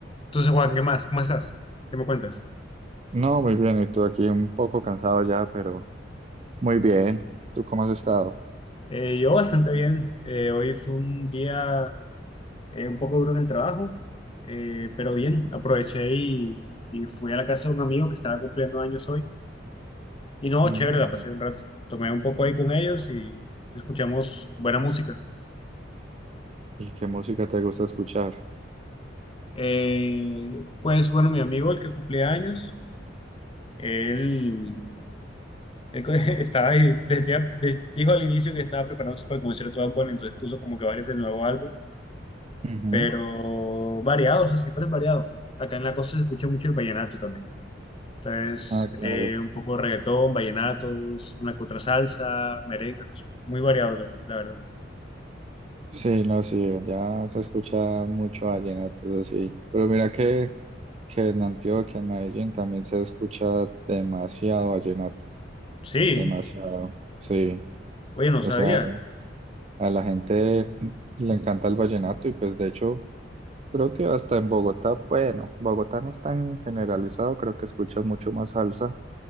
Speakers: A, on the left; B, on the right.
A: Entonces, Juan, ¿qué más? ¿Cómo estás? ¿Qué me cuentas?
B: No, muy bien. Y tú aquí un poco cansado ya, pero muy bien. ¿Tú cómo has estado?
A: Eh, yo bastante bien. Eh, hoy fue un día eh, un poco duro en el trabajo, eh, pero bien,
B: Sí.
A: aproveché y, y fui a la casa de un amigo que estaba cumpliendo años hoy. Y no,
B: Mm.
A: chévere, la pasé un rato. Tomé un poco ahí con ellos y escuchamos buena música.
B: ¿Y qué música te gusta escuchar?
A: Eh, pues bueno, mi amigo, el que cumplía años, él, él co- <laughs> estaba, ahí- decía, de- dijo al inicio que estaba preparándose para el concierto de Bad Bunny, entonces puso como que varios del nuevo álbum
B: Ujú.
A: pero variado, o sea, siempre es variado. Acá en la costa se escucha mucho el vallenato también. Entonces,
B: Ah, claro.
A: eh, un poco reggaetón, vallenatos, una que otra salsa, merengue, o sea, es muy variado, la la verdad.
B: Sí, no, sí, ya se escucha mucho vallenato, eso sí. Pero mira que, que en Antioquia, en Medellín, también se escucha demasiado vallenato,
A: Sí,
B: demasiado, sí.
A: oye, no
B: O
A: sabía.
B: sea, a la gente le encanta el vallenato y pues de hecho Creo que hasta en Bogotá, bueno, Bogotá no es tan generalizado, creo que escuchan mucho más salsa,